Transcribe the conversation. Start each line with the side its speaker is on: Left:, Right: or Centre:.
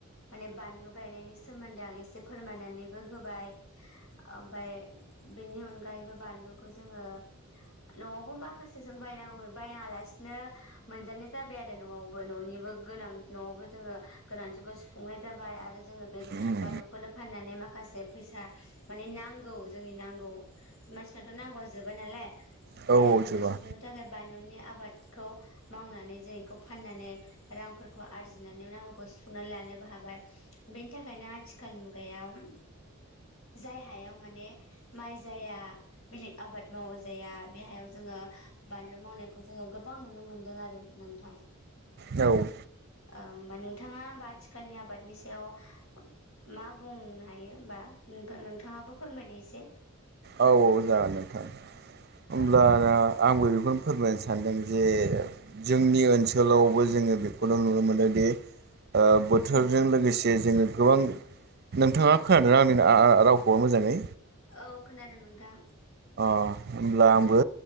Left: माने बानलु गायनायनि सोमोन्दै आं एसे फोरमायनानैबो होबाय ओमाय बेनि अनगायैबो बानलुखौ जोङो न'आवबो माखासे जों बाय बायनाङा लासिनो नो मोनजानाय जाबाय आरो न'आवबो न'निबो गोनां न'आवबो जोङो गोनांथिखौ सुफुंनाय जाबाय आरो जोङो बे
Right: उम
Left: बानलुखौनो फाननानै माखासे फैसा माने नांगौ जोंनि नांगौ मानसिनाथ' नांगौआ जोबा नालाय
Right: औ
Left: बे नांगौखौ
Right: औ जोबा
Left: सुफुंनो थाखाय बानलुनि आबादखौ मावनानै जों बेखौ फाननानै रांफोरखौ आरजिनानै नांगौखौ सुफुंनानै लानोबो हाबाय बेनि थाखायनो आथिखाल मुगायाव जाय हायाव माने माइ जाया बेलेग आबाद मावो जाया बेहायाव जोङो बानलु मावनायखौ जोङो गोबां नुनो मोनदों आरो नोंथां
Right: औ
Left: होमबा नोंथाङा होमबा आथिखालनि आबादनि सायाव मा बुंनो हायो होमबा नोंथाङाबो फोरमायदो एसे
Right: औावबो जागोन नोंथां होम्लाना
Left: औ
Right: आंबो बेखौनो फोरमायनो सानदों जे जोंनि ओनसोलावबो जोङो बेखौनो नुनो मोनोदि बोथोरजों
Left: उम
Right: लोगोसे जोङो गोबां नोंथाङा खोनादों आंनि रावखौ मोजाङै
Left: औ खोनादों नोंथां
Right: अ होमब्ला आंबो